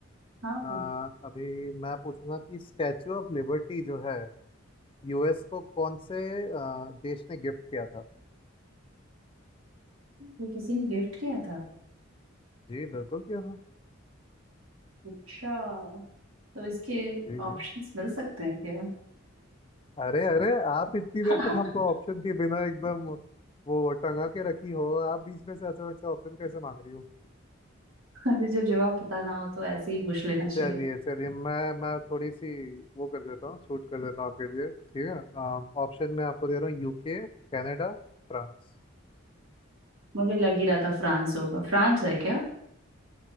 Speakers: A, on the right; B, on the left.
A: हाँ
B: अ,
A: पूछा
B: अभी मैं पूछूंगा कि स्टैचू ऑफ लिबर्टी जो है यूएस को कौन से अ, देश ने गिफ्ट किया था
A: ये किसी ने गिफ्ट किया था
B: जी बिल्कुल किया था
A: अच्छा तो इसके
B: जी
A: ऑप्शंस
B: जी
A: मिल सकते हैं क्या
B: अरे अरे आप इतनी
A: <laughs>
B: देर तक हमको ऑप्शन के बिना एकदम वो टंगा के रखी हो आप बीच में से अचानक से ऑप्शन कैसे मांग रही हो
A: अरे जब जवाब पता ना हो तो ऐसे ही पूछ लेना चाहिए
B: चलिए चलिए मैं मैं थोड़ी सी वो कर देता हूँ छूट कर देता हूँ आपके लिए ठीक है ऑप्शन में आपको दे रहा हूँ यूके कनाडा फ्रांस
A: मुझे लग ही रहा था फ्रांस होगा फ्रांस है क्या